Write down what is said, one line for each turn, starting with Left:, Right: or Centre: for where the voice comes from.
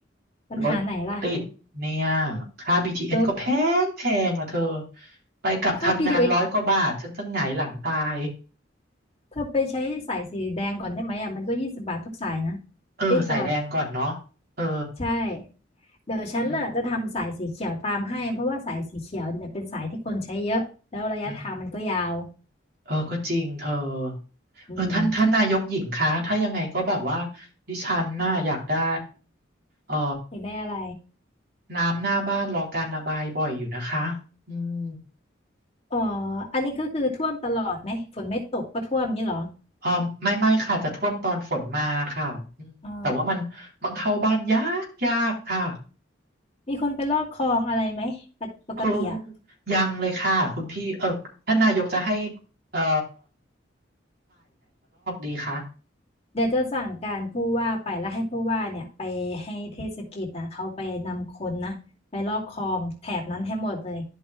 Left: ปัญหาไหนล่ะ
Right: รถติดเนี่ย ค่า BTS
Left: ลด
Right: ก็แพงแพงอะเธอ ไปกลับทำงานร้อยกว่าบาทฉันจะหงายหลังตาย
Left: ค่า BTS เอสเธอไปใช้สายสีแดงก่อนได้ไหมอ่ะมันก็ยี่สิบบาททุกสายนะ
Right: เออสายแดงก่อนเนาะเออ
Left: เอ้ยตลอดใช่ เดี๋ยวฉันน่ะจะทำสายสีเขียวตามให้เพราะว่าสายสีเขียวเนี่ยเป็นสายที่คนใช้เยอะแล้วระยะทางมันก็ยาว
Right: อืมอืมเออ ก็จริงเธอ
Left: อืม
Right: เออ ท่านท่านนายกหญิงคะ ถ้ายังไงก็แบบว่าดิฉันน่าอยากได้เออ
Left: อยากได้อะไร
Right: น้ำหน้าบ้านรอการระบายบ่อยอยู่นะคะอืม
Left: อ๋ออันนี้ก็คือท่วมตลอดไหมฝนไม่ตกก็ท่วมงี้เหรอ
Right: เออไม่ไม่ค่ะจะท่วมตอนฝนมาค่ะอืมแต่ว่ามันมันเข้าบ้านยากยากค่ะ
Left: อ๋อมีคนไปลอกคลองอะไรไหมปกปกติอะ
Right: เออยังเลยค่ะคุณพี่เออท่านนายกจะให้เออค่ะ
Left: เดี๋ยวจะสั่งการผู้ว่าไปแล้วให้ผู้ว่าเนี่ยไปให้เทศกิจนะเขาไปนำคนนะไปลอกคลองแถบนั้นให้หมดเลย